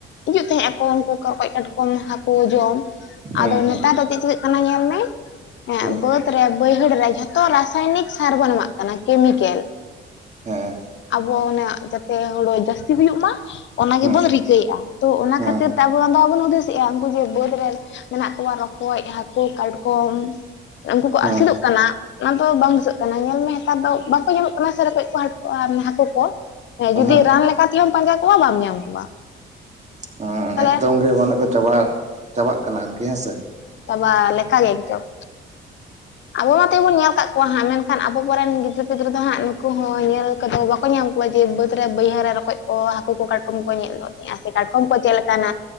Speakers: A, on the left (about 65°); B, on the right (about 35°).
A: ᱦᱤᱡᱩᱜ ᱛᱟᱸᱦᱮᱜ ᱟᱠᱚ ᱩᱱᱠᱩ ᱨᱚᱠᱚᱡ, ᱠᱟᱴᱠᱚᱢ, ᱦᱟᱹᱠᱩ ᱡᱚᱢ
B: ᱦᱮᱸ ᱦᱮᱸ
A: ᱟᱫᱚ
B: ᱦᱮᱸ
A: ᱱᱮᱛᱟᱨ ᱫᱚ ᱪᱮᱫ ᱪᱤᱠᱟᱹ ᱠᱟᱱᱟ ᱧᱮᱞ ᱢᱮ ᱮᱸ
B: ᱦᱳ
A: ᱵᱟᱹᱫᱽ ᱠᱷᱮᱛ ᱨᱮ ᱵᱟᱹᱭᱦᱟᱹᱲ ᱨᱮ ᱡᱷᱚᱛᱚ ᱨᱟᱥᱟᱭᱱᱤᱠ ᱥᱟᱨ ᱵᱚᱱ ᱮᱢᱟᱜ ᱠᱟᱱᱟ ᱠᱮᱢᱤᱠᱮᱞ
B: ᱦᱮᱸ
A: ᱟᱵᱚ ᱚᱱᱟ ᱡᱟᱛᱮ ᱦᱳᱲᱳ ᱡᱟᱹᱥᱛᱤ ᱦᱩᱭᱩᱜ ᱢᱟ ᱚᱱᱟ ᱜᱮᱵᱚᱱ
B: ᱦᱮᱸ
A: ᱨᱤᱠᱟᱹᱭᱮᱜᱼᱟ᱾ ᱛᱳ ᱚᱱᱟ
B: ᱦᱮᱸ
A: ᱠᱷᱟᱹᱛᱤᱨ
B: ᱦᱮᱸ
A: ᱛᱮ ᱟᱵᱚ ᱚᱱᱟᱫᱚ ᱵᱟᱵᱚᱱ ᱦᱩᱫᱤᱥᱮᱜᱼᱟ ᱩᱱᱠᱩ ᱡᱮ ᱵᱟᱹᱫᱽ ᱨᱮ ᱢᱮᱱᱟᱜ ᱠᱚᱣᱟ ᱨᱚᱠᱚᱡ, ᱦᱟᱹᱠᱳ, ᱠᱟᱴᱠᱚᱢ ᱩᱱᱠᱩ ᱠᱚ
B: ᱦᱮᱸ
A: ᱟᱥᱮᱫᱚᱜ ᱠᱟᱱᱟ ᱚᱱᱟ ᱫᱚ ᱵᱟᱝ ᱫᱤᱥᱟᱹᱜ ᱠᱟᱱᱟ ᱧᱮᱞ ᱢᱮ ᱦᱮᱛᱟᱨ ᱫᱚ ᱵᱟᱠᱚ ᱧᱮᱞᱚᱜ ᱠᱟᱱᱟ ᱥᱮ ᱨᱚᱠᱚᱡ ᱠᱚ ᱦᱟᱴ ᱦᱟᱹᱠᱳ ᱠᱚ ᱦᱮᱸ ᱡᱩᱫᱤ
B: ᱚᱦᱚᱸᱜ
A: ᱨᱟᱱ ᱞᱮᱠᱟ ᱛᱮᱦᱢ ᱯᱟᱸᱡᱟ ᱠᱚᱣᱟ ᱵᱟᱢ ᱧᱟᱢ ᱠᱚᱣᱟ
B: ᱦᱚᱸ
A: ᱛᱟᱦᱞᱮ
B: ᱮᱠᱫᱚᱢ ᱜᱮ ᱢᱟᱱᱮ ᱠᱚ ᱪᱟᱵᱟ ᱪᱟᱵᱟᱜ ᱠᱟᱱᱟ ᱟᱨᱠᱤ ᱦᱮᱸᱥᱮ
A: ᱛᱵᱟ ᱞᱮᱠ ᱜᱮ ᱮᱠᱫᱚᱢ ᱟᱵᱚ ᱢᱟᱛᱮ ᱵᱚᱱ ᱧᱮᱞ ᱠᱟᱜ ᱠᱚᱣᱟ ᱦᱟᱸᱜ ᱢᱮᱱᱠᱷᱟᱱ ᱟᱵᱚ ᱠᱚᱚᱨᱱ ᱜᱤᱫᱽᱨᱟᱹ ᱯᱤᱫᱽᱨᱟᱹ ᱫᱚ ᱦᱟᱸᱜ ᱱᱩᱠᱩ ᱦᱚᱸ ᱧᱮᱞ ᱠᱚᱫᱚ ᱵᱟᱠᱚ ᱧᱟᱢ ᱠᱚᱣᱟ ᱡᱮ ᱵᱟᱹᱫᱽ ᱨᱮ ᱵᱟᱹᱭᱦᱟᱹ ᱨᱮ ᱨᱚᱠᱚᱡ ᱠᱚ ᱦᱟᱠᱳ ᱠᱚ ᱠᱟᱴ ᱠᱚᱢ ᱠᱚ ᱧᱮᱞ ᱜᱚᱫ ᱢᱮᱭᱟ ᱥᱮ ᱠᱟᱴᱠᱚᱢ ᱠᱚ ᱪᱮᱫ ᱞᱮᱠᱟᱱᱟ